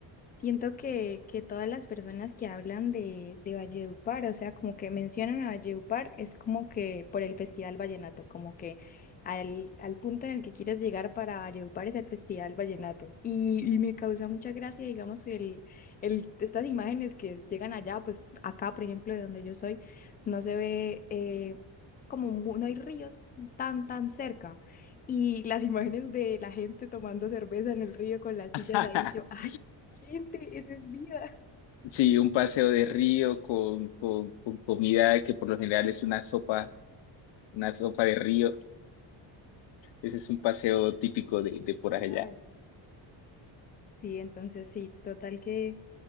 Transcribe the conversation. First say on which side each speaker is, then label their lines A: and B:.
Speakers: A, on the left; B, on the left.
A: Siento que, que todas las personas que hablan de, de Valledupar, o sea, como que mencionan a Valledupar, es como que por el Festival Vallenato, como que al, al punto en el que quieres llegar para Valledupar es el Festival Vallenato. Y, y me causa mucha gracia, digamos, el, el, estas imágenes que llegan allá, pues acá, por ejemplo, de donde yo soy, no se ve eh, como mu- no hay ríos tan, tan cerca. Y las <laughs> imágenes de la gente tomando cerveza en el río con las
B: <laughs>
A: sillas ahí, yo, Gente, eso es vida.
B: Sí, un paseo de río con, con, con comida que por lo general es una sopa, una sopa de río. Ese es un paseo típico de, de por allá.
A: Ay, Sí, entonces sí, total que